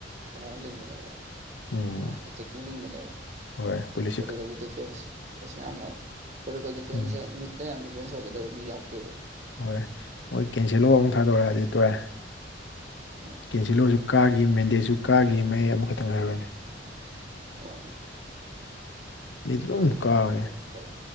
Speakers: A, on the right (about 40°); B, on the left (about 70°).
A: ꯀꯩꯅꯣ ꯂꯤꯡꯕꯅꯦꯕ
B: ꯎꯝ
A: ꯑꯥ ꯑꯇꯦꯛꯇꯤ ꯂꯤꯡꯕꯅꯦꯕ
B: ꯍꯣꯏ ꯄꯨꯂꯤ
A: ꯄꯣꯔꯇꯨꯒꯜꯒꯤ ꯗꯤꯐꯦꯟꯁ ꯀꯩꯁꯨ ꯌꯥꯝꯅ ꯄꯣꯔꯇꯨꯒꯜ ꯗꯤꯐꯦꯟꯁꯁꯦ
B: ꯎꯝ
A: ꯃꯤꯠ ꯗ ꯌꯥꯝ ꯗꯤꯐꯦꯟꯁ ꯑꯣꯏꯒꯗꯕ ꯃꯤ ꯌꯥꯎꯇꯦꯕ
B: ꯍꯣꯏ ꯃꯣꯏ ꯀꯦꯟꯁꯦꯜꯂꯣ ꯑꯃꯨꯛ ꯊꯥꯗꯣꯔꯛꯑꯗꯤ ꯇꯣꯑꯦ
A: ꯎꯝ
B: ꯀꯦꯟꯁꯦꯜꯂꯣꯁꯨ ꯀꯥꯒꯤ ꯃꯦꯟꯗꯦꯁꯨ ꯀꯥꯒꯤ ꯃꯌꯦꯛ ꯑꯃꯈꯛꯇꯪ ꯉꯥꯏꯍꯧꯔꯅꯤ
A: <unintelligible>
B: ꯑꯅꯤꯗꯨ ꯑꯗꯨꯝ
A: ꯕ꯭ꯔꯥꯍꯤꯝ
B: ꯀꯥꯕꯅꯦ
A: ꯅꯠꯇꯦ ꯀꯔꯤ